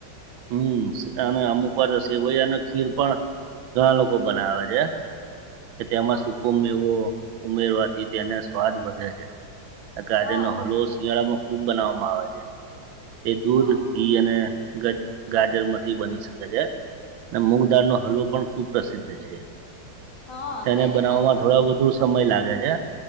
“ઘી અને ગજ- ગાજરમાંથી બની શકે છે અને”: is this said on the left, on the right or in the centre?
Right